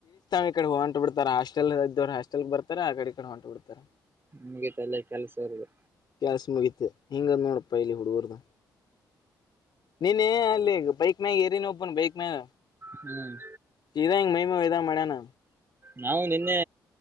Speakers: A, on the left; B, on the right.
A: ಇಕಡಿ ಹೊಂಟ್ ಬಿಡ್ತಾರ ಹಾಸ್ಟೆಲ್ ಇದ್ದವ್ರ ಹಾಸ್ಟೆಲ್ಕ ಬರ್ತಾರ ಆ ಕಡೆ ಈಕಡೆ ಹೊಂಟು ಬಿಡ್ತಾರ.
B: ಮುಗಿತ ಎಲ್ಲ ಕೆಲಸ ಇರೋದು
A: ಕೇಲ್ಸ ಮುಗಿತ ಹಿಂಗ್ ನೋಡಪ್ಪ ಇಲ್ಲಿ ಹುಡುಗರ್ದ. ನೀನ್ನಿ ಅಲ್ಲಿ ಬೈಕ್ ಮ್ಯಾಗ ಏರಿನ್ ಒಬನ್ ಬೈಕ್ ಮ್ಯಾಗ.
B: ಹ್ಮ್
A: ಸಿಧಾ ಹಿಂಗ ಹೋಯಿದಂಗ್ ಮಾಡ್ಯಾನ್.
B: ನಾವು ನಿನ್ನೆ